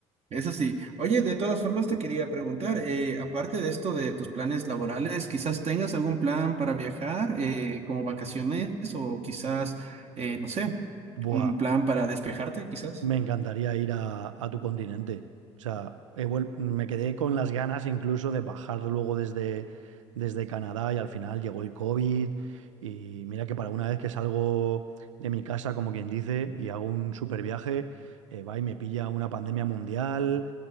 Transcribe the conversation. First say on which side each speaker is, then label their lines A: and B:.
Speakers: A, on the right (about 40°); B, on the right (about 75°).
A: eso sí. Oye, de todas formas te quería preguntar, eh, aparte de esto de tus planes laborales, quizás tengas algún plan para viajar, eh, como vacaciones o quizás, eh, no sé,
B: Buah.
A: un plan para despejarte, quizás.
B: Me encantaría ir a, a tu continente. O sea, he vuel- me quedé con las ganas incluso de bajar luego desde, desde Canadá y al final llegó el COVID. Y mira que para una vez que salgo de mi casa, como quien dice, y hago un super viaje, eh, va y me pilla una pandemia mundial.